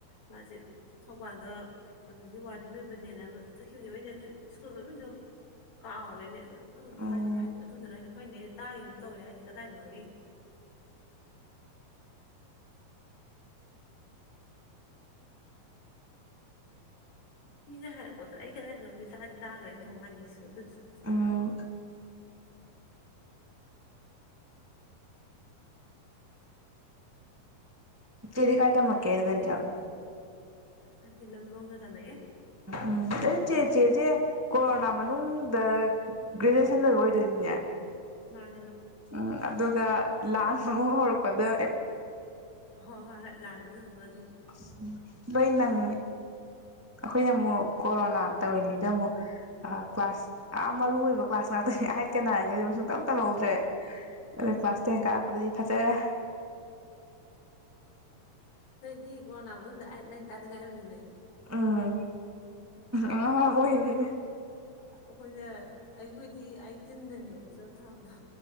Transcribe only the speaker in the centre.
ꯎꯝ
ꯎꯝ
ꯆꯦꯗꯤ ꯀꯥꯏ ꯇꯝꯃꯛꯀꯦ ꯏꯂꯚꯦꯟ ꯇꯨꯌꯦꯜꯞ
ꯎꯝ ꯑꯗꯣ ꯆꯦ ꯆꯦꯖꯦ ꯀꯣꯔꯣꯅꯥ ꯃꯅꯨꯡꯗ ꯒ꯭ꯔꯦꯖꯨꯑꯦꯁꯟ ꯂꯣꯏꯕ ꯑꯣꯏꯗꯣꯏꯅꯤꯅꯦ꯫
ꯎꯝ ꯑꯗꯨꯒ ꯂꯥꯜ ꯑꯃꯨꯛ ꯍꯧꯔꯛ ꯄꯗꯥ
<inaudible> ꯂꯣꯏ ꯅꯪꯉꯦ꯫ ꯑꯩꯈꯣꯏꯅ
ꯑꯃꯨꯛ ꯀꯣꯔꯣꯅꯥ ꯇꯧꯔꯤꯉꯩꯗ ꯑꯃꯨꯛ ꯀ꯭ꯂꯥꯁ ꯌꯥꯝ ꯃꯔꯨ ꯑꯣꯏꯕ ꯀ꯭ꯂꯥꯁ ꯉꯥꯛꯇꯅꯤ ꯑꯏꯠꯀ ꯅꯥꯏꯒꯗꯤ ꯁꯨꯡꯇꯝ ꯇꯝꯍꯧꯗ꯭ꯔꯦ꯫
ꯀ꯭ꯂꯥꯁ ꯇꯦꯟ ꯀꯥꯔꯛꯄꯗꯩ ꯐꯖꯔꯦ!
ꯎꯝ ꯑꯉꯥꯡ
ꯑꯣꯏꯔꯦ